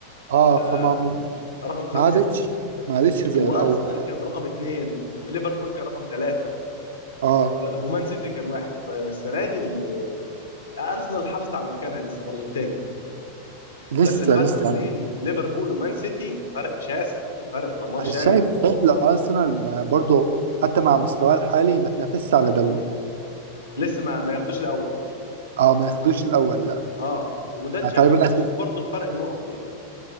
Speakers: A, on the right; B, on the left.
A: اه
B: آم،
A: فما ما
B: رقم خمسه
A: ما عادتش ما عادتش زي
B: وارسنال
A: الاول اه
B: كان رقم اثنين وليفربول كان رقم ثلاثه
A: آه،
B: ومان سيتي كان واحد فالسنه دي ال... ال- ارسنال حافظت على مكانها لسه برضو الثاني
A: لسه
B: بس الفرق
A: لسه
B: ما
A: يعني
B: بين ليفربول ومان سيتي الفرق شاسع الفرق دمار
A: انا
B: شامل
A: شايف
B: يعني
A: شايف الارسنال ما- برضه حتى مع مستواه الحالي ما تنافسش على دوري
B: لسه ما ما ياخدوش الاول
A: اه ما ياخدوش الاول لا
B: اه وده
A: يعني
B: انت شايفه
A: تقريبا
B: بتشوفه
A: أخ-
B: برضه في فرق النقط يعني